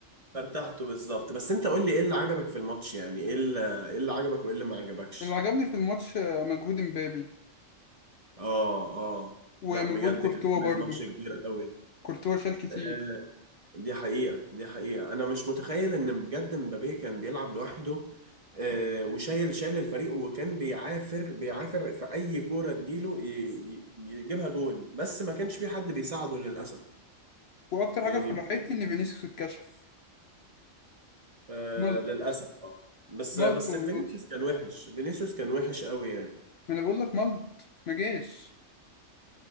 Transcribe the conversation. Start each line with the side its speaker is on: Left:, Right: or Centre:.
Right: فارتحته بالظبط بس انت قول لي ايه اللي عجبك في الماتش يعني ايه اللي ايه اللي عجبك وايه اللي ما عجبكش
Left: اللي عجبني في الماتش آه، مجهود مبابي
Right: اه اه
Left: ومجهود
Right: لا بجد
Left: كورتوا
Right: كان عامل
Left: برضو
Right: ماتش كبير قوي
Left: كورتوا شال كتير
Right: آه، دي حقيقة دي حقيقة انا مش متخيل ان بجد مبابي كان بيلعب لوحده آه، وشايل شايل الفريق وكان بيعافر بيعافر في اي كورة تجيله ي- ي- يجيبها جون بس ما كانش في حد بيساعده للأسف
Left: واكتر
Right: يعني
Left: حاجه فرحتني ان فينيسيوس اتكشف
Right: آه
Left: ملط
Right: للأسف اه بس
Left: ملط
Right: بس
Left: والله
Right: فينيسيوس كان وحش فينيسيوس كان وحش قوي يعني
Left: ما انا بقول لك ملط ما جاش